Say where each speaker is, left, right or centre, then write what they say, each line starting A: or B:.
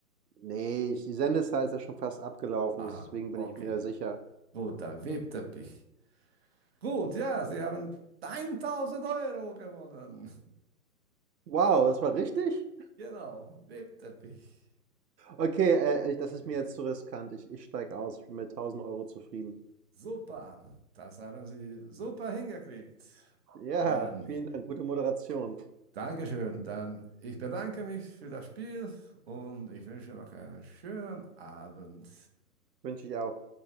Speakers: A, on the right; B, on the right.
A: Ne, ich die Sendezeit ist ja schon fast abgelaufen,
B: Aha,
A: deswegen
B: okay.
A: bin ich mir da sicher.
B: Gut, dann Webteppich. Gut, ja, Sie haben 1000 Euro gewonnen.
A: Wow, das war richtig?
B: Genau, Webteppich.
A: Okay, äh, äh, das
B: Okay.
A: ist mir jetzt zu riskant. Ich ich steige aus. Ich bin mit tausend Euro zufrieden.
B: Super, das haben Sie super hingekriegt.
A: Ja,
B: Dann,
A: vielen Dank. Gute Moderation.
B: Dankeschön. Dann, ich bedanke mich für das Spiel und ich wünsche noch einen schönen Abend.
A: Wünsche ich auch.